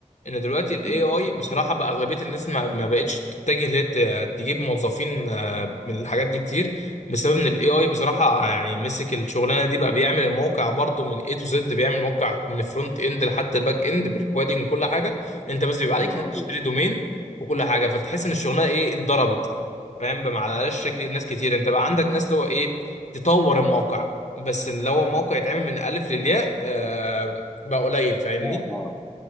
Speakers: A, on the left; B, in the centre.
A: ان دلوقتي الاي
B: مم.
A: اي بصراحه بقى اغلبيه الناس ما ما بقتش تتجه ليه ت- تجيب موظفين آه، من الحاجات دي كتير بسبب ان الاي اي بصراحه يعني مسك الشغلانه دي بقى بيعمل الموقع برضو من اي تو زد بيعمل موقع من الفرونت اند لحتى الباك اند بالكوادنج وكل حاجه انت بس بيبقى عليك
B: يا نهار
A: إنك تشتري
B: ابيض
A: دومين وكل حاجه فتحس ان الشغلانه ايه اتضربت فاهم بقى معلش رجل ناس كتير انت بقى عندك ناس اللي هو ايه تطور الموقع بس اللي هو موقع يتعمل من الف للياء آه بقى قليل فاهمني
B: اه اه